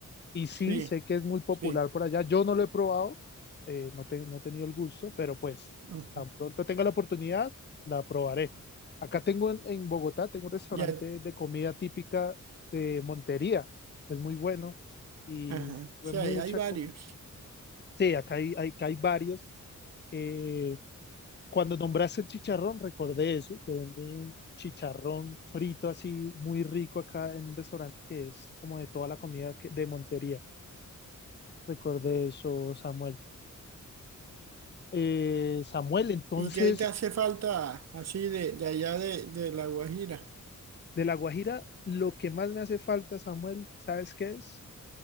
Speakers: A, on the left (about 35°); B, on the right (about 55°).
A: Y sí,
B: Sí,
A: sé que es muy popular
B: sí.
A: por allá. Yo no lo he probado, eh, no, te- no he tenido el gusto, pero pues
B: ujú.
A: tan pronto tenga la oportunidad, la probaré. Acá tengo en, en Bogotá, tengo un restaurante
B: Ya,
A: de comida típica de Montería. Es muy bueno y
B: ajá.
A: sirve
B: Sí,
A: mucha
B: hay hay varios.
A: comida Sí, acá hay, hay- acá hay varios. Eh, cuando nombraste el chicharrón, recordé eso, que venden chicharrón frito así muy rico acá en un restaurante que es como de toda la comida que- de Montería. Recordé eso, Samuel. Eh, Samuel, entonces,
B: ¿Y qué te hace falta así de, de allá de, de La Guajira?
A: de La Guajira, lo que más me hace falta, Samuel, ¿sabes qué es?